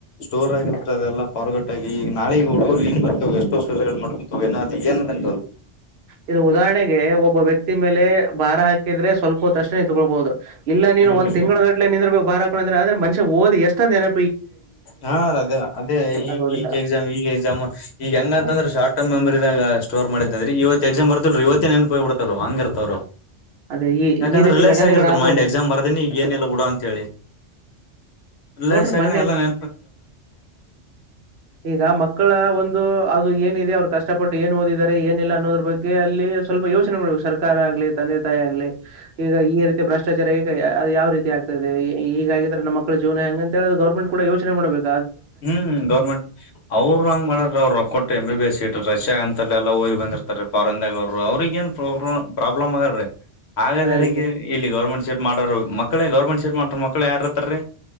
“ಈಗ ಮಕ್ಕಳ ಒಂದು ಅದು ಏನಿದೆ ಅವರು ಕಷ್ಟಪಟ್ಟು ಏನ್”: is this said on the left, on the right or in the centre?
Right